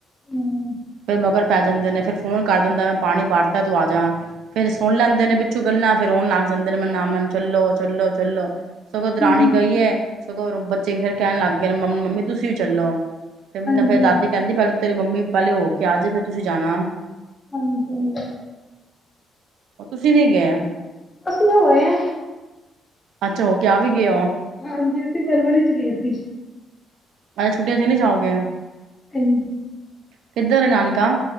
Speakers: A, on the left; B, on the right.
A: ਹਮ
B: ਫੇਰ ਮਗਰ ਪੈ ਜਾਂਦੇ ਨੇ ਫੇਿਰ ਫੋਨ ਕਰ ਦਿੰਦਾੈਂ ਪਾਣੀ ਵਰਤਾ ਤੂੰ ਆ ਜਾ ਫੇਿਰ ਸੁਣ ਲੈਂਦੇ ਨੇ ਪਿੱਛੋਂ ਗੱਲਾਂ ਫੇਰ ਆਉਣ ਲੱਗ ਜਾਂਦੇ ਨੇ ਮੈਨਮਨ ਚੱਲੋ ਚੱਲੋ ਚੱਲੋ ਸਗੋਂ ਦ
A: ਹੂੰ
B: ਰਾਣੀ ਗਈ ਹੈ ਸਗੋਂ ਬੱਚੇ ਫੇਰ ਕਹਿਣ ਲੱਗ ਗਏ ਮੰਮੀ ਤੁਸੀਂ ਵੀ ਚੱਲੋ ਫਿਰ ਮ
A: ਹਾਂਜੀ
B: ਫੇਿਰ ਦਾਦੀ ਕਹਿੰਦੀ ਪਹਿਲਲੇ ਤੇਰੀ ਮੰਮੀ ਪਹਿਲੇ ਹੋ ਕੇ ਆਜੇ ਫੇਰ ਤੁਸੀਂ ਜਾਣਾ
A: ਹਾਂਜੀ
B: ਤੁਸੀਂ ਨੀ ਗਏ
A: ਅਸੀਂ ਹੋਏ ਹ
B: ਅੱਛਾ ਹੋ ਕੇ ਆ ਵੀ ਗਯਾ ਓਹ
A: <unintelligible> ਅਸੀ ਫਰਵਰੀ ਚ ਗਏ ਸੀ
B: <unintelligible>
A: <unintelligible>
B: ਕਿੱਧਰ ਨਾਨਕਾ